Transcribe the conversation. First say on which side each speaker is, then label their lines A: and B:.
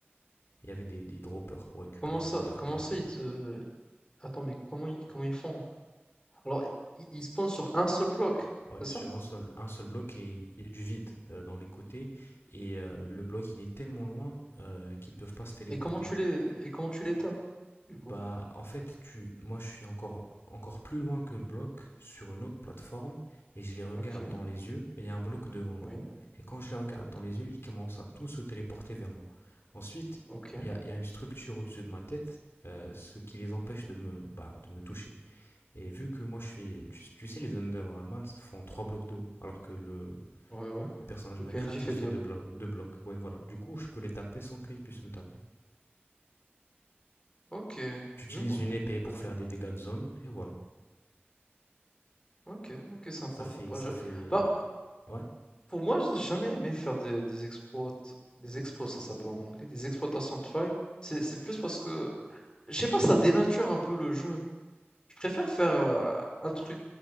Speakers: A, on the left; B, on the left.
A: Il y avait des, des droppers pour récupérer
B: Comment ça,
A: les underperles
B: comment ça
A: et tout.
B: ils te... Attends, mais comment ils, comment ils font? Alors, ils, ils spawnent sur un seul bloc,
A: Ouais,
B: c'est
A: sur
B: ça?
A: un seul, un seul bloc, et il y a du vide euh, dans les côtés. Et euh, le bloc, il est tellement loin euh, qu'ils ne peuvent pas se téléporter.
B: Et comment tu les, et comment tu les tapes, du coup?
A: Bah, en fait, tu, moi, je suis encore, encore plus loin que le bloc sur une autre plateforme et je les regarde
B: Ok,
A: dans les yeux et il y a un bloc devant moi.
B: oui,
A: Et quand je les regarde dans les yeux, ils commencent à tous se téléporter vers moi. Ensuite,
B: ok,
A: il y a, il y a une structure au-dessus de ma tête, euh, ce qui les empêche de me, bah, de me toucher. Et vu que moi je suis. Tu, tu sais, les Undermans font trois blocs d'eau, alors que le,
B: ouais, ouais.
A: le personnage
B: Le
A: Minecraft
B: PNJ fait
A: il fait
B: deux.
A: deux, blo- deux blocs. Ouais, voilà. Du coup, je peux les taper sans qu'ils puissent me taper.
B: Ok,
A: Tu utilises
B: je vois,
A: une épée pour
B: je vois.
A: faire des dégâts de zone, et voilà.
B: Ok, ok, sympa,
A: Ça fait.
B: sympa.
A: Ça
B: je-
A: fait...
B: Bah,
A: Ouais.
B: Pour moi, j'ai jamais aimé faire des des exploits des exploits, ça s'appelle en anglais, des exploitations de failles. C'est c'est plus parce que, je sais pas, ça dénature un peu le jeu. Je préfère faire, heu, un truc